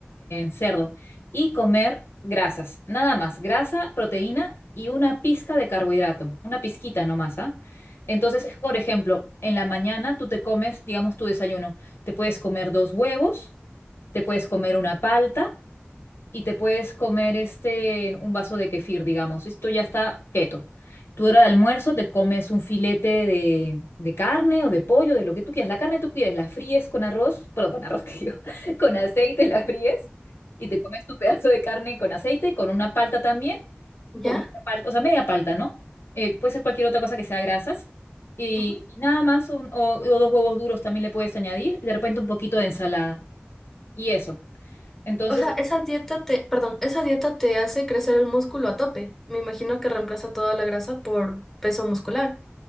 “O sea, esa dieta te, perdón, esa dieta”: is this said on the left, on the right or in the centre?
Centre